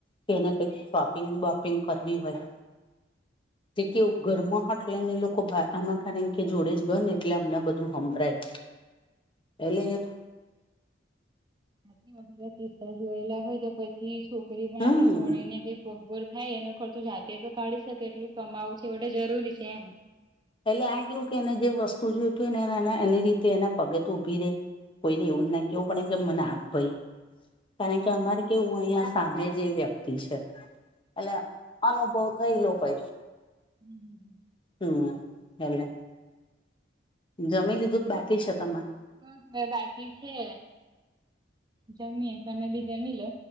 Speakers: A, on the left; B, on the right.
A: કેને કઈક શોપિંગ બોપિંગ કરવી હોય જે કે ઘરમાં હાટ લઈને લોકો બાર અમાર કારણ કે જોડે જ ઘર ને એટલે અમને બધું સંભળાય એલે
B: <unintelligible> કિસ્સા જોયેલા હોય તો પછી છોકરી પણ
A: હમ
B: આપણી ભણીને કઈ પગભર થાય એનો ખર્ચો જાતે તો કાઢી શકે એટલું કમાવું છેવટે જરૂરી છે એમ.
A: એેલે આ કેવું કે એને જે વસ્તુ જોયતું ને એને એની રીતે એના પગે તો ઊભી રે. કોઈને એવું ના કેવું પડે કે મને આપ ભાઈ કારણ કે અમારે કેવું અહિયાં સામે જે વ્યક્તિ છે. એટલે અનુભવ થયલો હોય.
B: હમ્મ હમ્મ
A: હમ્મ એટલે જમી લીધું કે બાકી છે તમા?
B: બસ હવે બાકી છે. જમીયે તમે બી જમી લો.